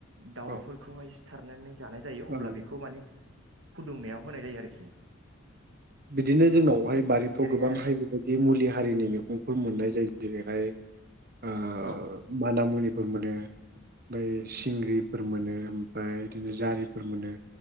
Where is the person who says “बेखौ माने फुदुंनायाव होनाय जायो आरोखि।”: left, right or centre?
Right